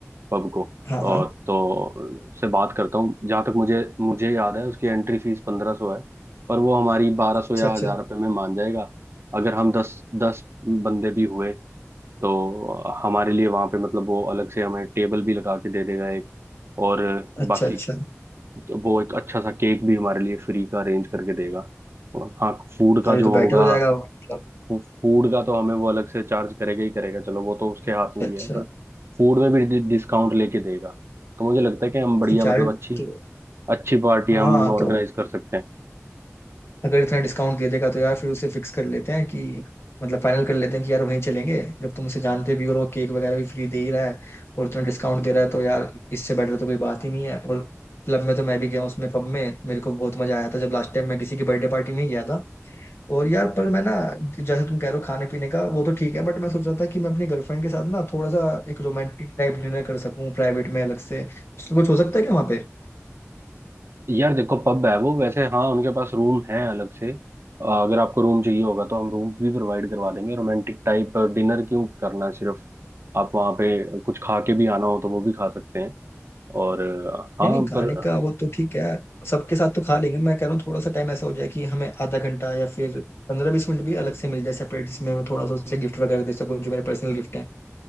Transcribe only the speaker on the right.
पब को
और तो उससे बात करता हूँ जहां तक मुझे मुझे याद है उसकी एंट्री फीस पंद्रह सौ है पर वो हमारी बारह सौ
या
हजार रुपये में मान जाएगा अगर हम दस दस बंदे भी हुए तो हमारे लिए वहां पे मतलब वो अलग से हमें टेबल भी लगा के दे देगा एक और
बाकी
वो एक अच्छा सा केक भी हमारे लिए फ्री का अरेंज करके देगा और हाँ फूड का
जो
होगा
फूड का तो हमें वो अलग से चार्ज करेगा ही करेगा चलो वो तो उसके हाथ में
भी है पर फूड में भी डि- डिस्काउंट लेके देगा तो मुझे लगता है कि हम बढ़िया
मतलब अच्छी
अच्छी पार्टी
हम ऑर्गेनाइज
कर सकते हैं
यार देखो पब है वो वैसे हाँ उनके पास रूम है अलग से अ, अगर आपको रूम चाहिए होगा तो हम रूम भी प्रोवाइड करवा देंगे रोमांटिक टाइप डिनर क्यों करना सिर्फ आप वहाँ पे कुछ खा के भी आना हो तो वो भी खा सकते हैं और अ,
हाँ
पर